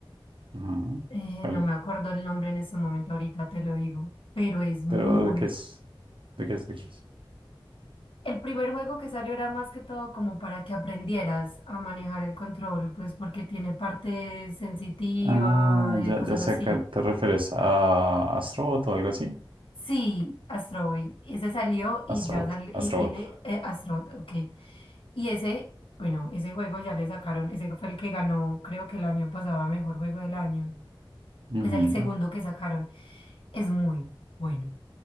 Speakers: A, on the right (about 70°); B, on the left (about 80°).
A: Ajá,
B: Eh,
A: ¿cuál?
B: no me acuerdo el nombre en ese momento, ahorita te lo digo, pero es muy...
A: Pero ¿de qué es? ¿De qué es? ¿De qué es?
B: El primer juego que salió era más que todo como para que aprendieras a manejar el control, pues porque tiene parte sensitiva,
A: Ah, ya,
B: eh, cosas
A: ya
B: así.
A: sé a qué te refieres. ¿A Astrobot o algo así?
B: Sí, Astro Boy, ese salió y
A: Astrobot.
B: ya salió, y,
A: Astrobot.
B: y le, eh, Astro, ok. Y ese, bueno, ese juego ya le sacaron, ese fue el que ganó, creo que el año pasado, a mejor juego del año.
A: Ujú.
B: Pues el segundo que sacaron es muy bueno,